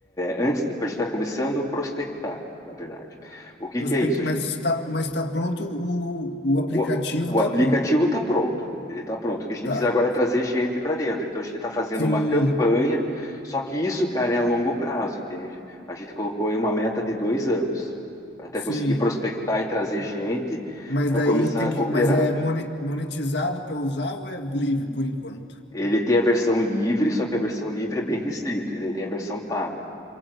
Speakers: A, on the left (about 20°); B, on the left (about 65°).
A: antes, a gente está começando a prospectar, na verdade. O que
B: prospect,
A: que é isso? A
B: mas
A: gente-
B: tá, mas tá pronto, o,
A: o,
B: o aplicativo
A: o- o
B: tá
A: aplicativo
B: pronto,
A: está pronto. Ele está pronto. O que a gente
B: tá,
A: precisa agora é trazer gente para dentro. Então a gente está fazendo
B: sim,
A: uma campanha. Só que isso, cara, é a longo prazo, entende? A gente colocou aí uma meta de dois anos para até
B: sim,
A: conseguir prospectar e trazer gente
B: Mas
A: para
B: daí
A: começar
B: tem que,
A: a operar.
B: mas é moni- monetizado para usar ou é livre por enquanto?
A: Ele tem a versão livre, só que a versão livre é bem restrito, e daí tem a versão paga.